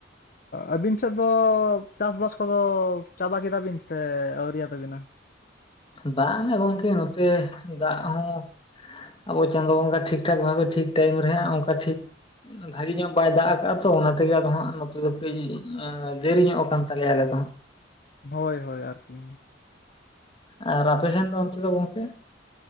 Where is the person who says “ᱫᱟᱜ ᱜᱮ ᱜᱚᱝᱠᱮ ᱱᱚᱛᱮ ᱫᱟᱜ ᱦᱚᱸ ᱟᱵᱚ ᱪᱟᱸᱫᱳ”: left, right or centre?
Left